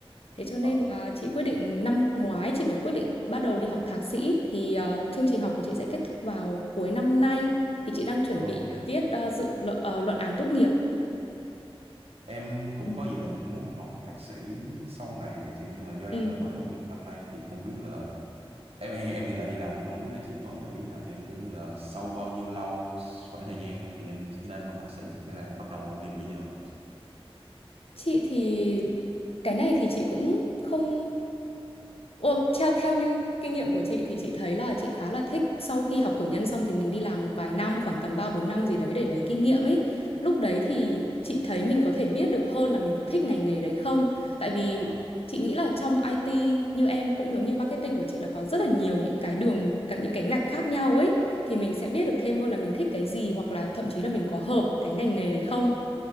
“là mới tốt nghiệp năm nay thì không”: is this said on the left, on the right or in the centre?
Right